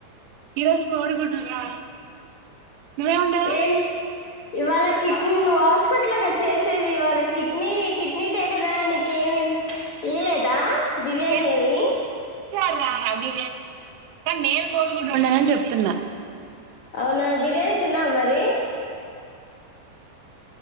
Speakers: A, on the right; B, on the left.
A: ఈరోజు కొడిగుడ్డు రా ఏమ్ ఉండ
B: ఏం ఇవాళ కిడ్నీ నువ్వు హాస్పిటల్గా చేసేది ఇవాళ కిడ్నీ కిడ్నీ టే కదా నీకి ఏమి ఇయలేదా బిర్యానీ
A: ఏం
B: ఏమి
A: కానీ నేను కోడిగుడ్లు ఉండనాని చెప్తున్నా
B: అవునా బిర్యానీ తిన్నావా మరి